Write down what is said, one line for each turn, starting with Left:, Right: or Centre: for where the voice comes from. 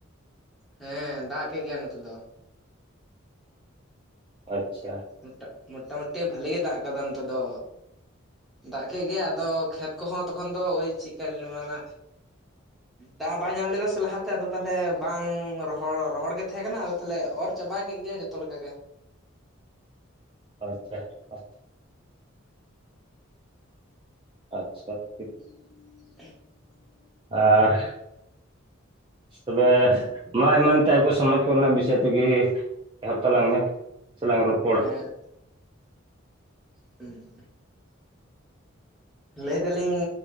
Centre: ᱦᱮᱸ ᱫᱟᱜ ᱠᱮᱜ ᱜᱮᱭᱟ ᱱᱚᱛᱮ ᱫᱚ᱾
Right: ᱟᱪᱪᱷᱟᱻ
Centre: ᱢᱚᱴᱟᱜ ᱢᱚᱴᱟᱢᱩᱴᱤ ᱵᱷᱟᱞᱤ ᱜᱮ ᱫᱟᱜ ᱟᱠᱟᱫᱟ ᱱᱚᱛᱮ ᱫᱚᱼᱼ ᱫᱟᱜ ᱠᱮᱜ ᱜᱮᱭ ᱟᱫᱚ ᱠᱷᱮᱛ ᱠᱚᱦᱚᱸ ᱛᱚᱠᱷᱚᱱ ᱫᱚ ᱳᱭ ᱪᱮᱜᱠᱟ ᱞᱟᱹᱭᱟᱢᱟ <unintelligible> ᱱᱟᱼᱼ ᱫᱟᱜ ᱵᱟᱭ ᱧᱟᱢ ᱞᱮᱫᱟ ᱥᱮ ᱞᱟᱦᱟᱛᱮ ᱟᱫᱚ ᱛᱟᱦᱚᱞᱮ ᱵᱟᱝ ᱨᱚᱦᱚᱲ, ᱨᱚᱦᱚᱲ ᱜᱮ ᱛᱟᱦᱮᱸ ᱠᱟᱱᱟ ᱟᱫᱚ ᱛᱟᱦᱚᱞᱮ ᱚᱨ ᱪᱟᱵᱟ ᱠᱮᱜ ᱜᱮᱭᱟ ᱡᱚᱛᱚᱼᱼ <unintelligible> ᱛᱚ ᱠᱮᱠᱟ ᱜᱮ᱾
Right: ᱟᱪᱪᱷᱟ ᱟᱪᱪᱷᱟ ᱟᱪᱪᱷᱟ ᱴᱷᱤᱠ᱾
Centre: <unintelligible>
Right: ᱟᱻᱨ ᱛᱚᱵᱮ, ᱢᱟ ᱮᱢᱟᱱ ᱛᱮᱭᱟᱜ ᱠᱚ ᱥᱚᱢᱟᱡ ᱠᱚᱨᱮᱱᱟᱜ ᱵᱤᱥᱚᱭ ᱛᱮᱜᱮᱻᱼᱼ ᱮᱦᱚᱵ ᱛᱟᱞᱟᱝ ᱢᱮ ᱞᱟᱝ ᱨᱚᱯᱼᱼ
Centre: <unintelligible> ᱦᱮᱸᱼᱼ <unintelligible> ᱞᱟᱹᱭ ᱮᱫᱟᱞᱤᱧ